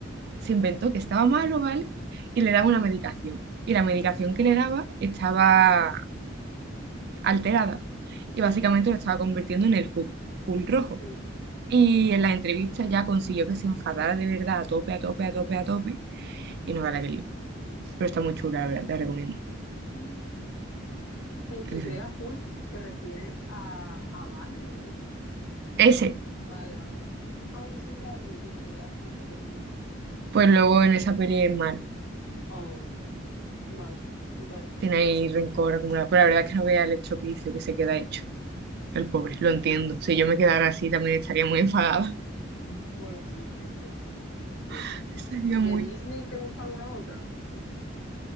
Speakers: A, on the right; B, on the left.
A: se inventó que estaba malo, ¿vale? Y le daba una medicación. Y la medicación que le daba estaba alterada.
B: Sí.
A: Y básicamente lo estaba convirtiendo en el Hulk, Hulk rojo.
B: Mm,
A: Y en la entrevista ya consiguió que se enfadara de verdad a tope, a tope, a tope, a tope. Y no gana que lío. Pero está muy chula, la verdad, te la recomiendo.
B: mm. El
A: Es
B: que
A: diferente.
B: crea Hulk, te refieres a, a Banner, ¿no?
A: Ese,
B: Vale, vale. Ay, ese me cae muy bien, me da mucha ternura.
A: pues luego en esa peli es malo.
B: Oh, mal. Me parece
A: Tiene
B: mal.
A: ahí rencor acumulado. Pero la verdad es que no vea el estropicio que se queda hecho. El
B: <laughs>
A: pobre, lo entiendo. Si yo me quedara así también estaría muy enfadada.
B: Bueno, sí, cierto, cierto.
A: <laughs> Estaría muy...
B: ¿De Disney te gusta alguna otra?